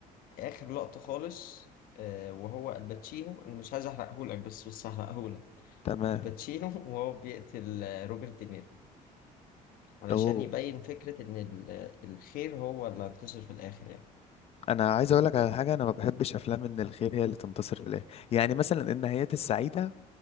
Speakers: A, on the left; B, on the left.
A: آخر لقطة خالص آه وهو الباتشينو أنا مش عايز أحرقهولك بس بس هحرقهولك
B: تمام
A: الباتشينو وهو بيقتل آه، روبرت دينيرو علشان
B: اوه
A: يبين فكرة إن ال- الخير هو اللي هينتصر في الآخر يعني
B: انا عايز اقول لك على حاجه انا ما بحبش افلام ان الخير هي اللي تنتصر في الاخر يعني مثلا النهايات السعيده